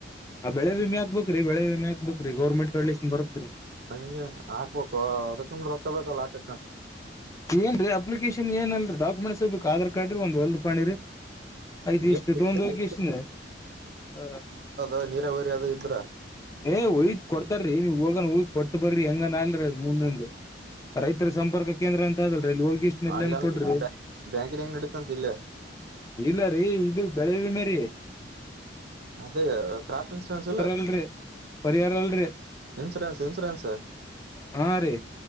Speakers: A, on the left; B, on the right.
A: ಹಾ ಬೆಳಿ ವಿಮೆಾಕ್ಬೇಕ್ರೀ ಬೆಳೆ ವಿಮೆ ಹಾಕ್ಬೇಕ್ರಿ ಗರ್ಮೆಂಟ್ಡ್ಲಿ ಇನ್ ಬರ್ತ್ರಿ.
B: ಹಂಗೆ ಹಾಕ್ಬೇಕು ಅದಕ ರೊಕ್ಕಬೇಕಲ್ಲ ಹಾಕಾಕ.
A: ಏನ್ರೀ ಅಪ್ಲಿಕೇಶನ್ ಏನ್ ಅಲ್ರಿ ಡಾಕುಮೆಂಟ್ಸರ್ಬೇಕು ಆಧಾರ್ ಕಾರ್ಡ ರಿ ಒಂದ ಹೊಲದ ಪಾನಿ ರಿ. ಆಯ್ತ್ ಇಷ್ಟು
B: ಏನ್ ಬೇಕಿತ್ತು?
A: ತಗೊಂಡ ಹೋಗೋಗಿ ಇಷ್ಟ ಹ
B: ಅ ನೀರಾವರಿ ಅದು ಇದ್ರ
A: ಏ್ ಒಯ್ದ್ ಕೊಡ್ತಾರೀ ನೀ ಹೋಗ ಹ್ ಕೊಟ್ಟ ಬರ್ರಿ ಹೆಂಗನ್ ಅಲ್ರಿ ಅದ ಮುಂದ ರೈತರ ಸಂಪರ್ಕ ಕೇಂದ್ರ ಅಂತ ಅಲ್ ಲ್ಲಿ ಹೋಗಿಷ್ಟ ಎಲ್ಲನ್
B: ಅಲ್ಲ
A: ಕೊಡ್ರಿ.
B: ಬ್ಯಾಂಕಿನ ಹೆಂಗ್ ನಡೀತಂತ ಇಲ್ಲೇ
A: ಇಲ್ಲ ರೀ ಇದು ಬೆಳವಿ ಮೇರಿ.
B: ಅದೇ ಕ್ರಾಪ್ ಇನ್ಸೂರನ್ಸ್ ಇಲ್ಲ.
A: ಅಲ್ರಿ ಪರಿಹಾರ ಅಲ್ರಿ
B: ಇನ್ಸುರನ್ಸ್ ಇನ್ಸೂರನ್ಸ.
A: ಹಾ ರೀ